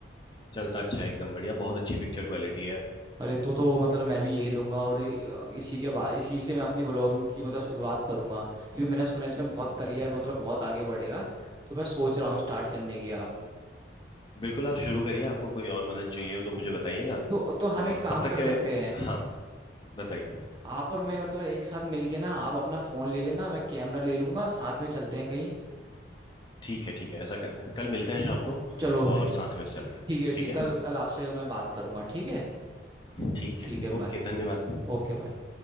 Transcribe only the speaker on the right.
अरे तो तो मतलब मैं भी यही लूंगा और ये- इसी के बाद इसी से मैं अपनी ब्लॉगिंग की मतलब शुरुआत करूंगा क्योंकि मैंने सुना है इसमें बहुत
करियर मतलब बहुत आगे बढ़ेगा तो मैं सोच रहा हूँ स्टार्ट करने की आप
तो तो हम
एक काम
कर
सकते
हैं
आप और मैं मतलब एक साथ मिलके ना आप अपना फोन ले लेना मैं कैमरा ले लूंगा साथ में चलते हैं कहीं
चलो फिर
ठीक है
ठीक
कल कल आपसे मैं बात करूंगा ठीक है
ठीक
है
बाय
Okay bye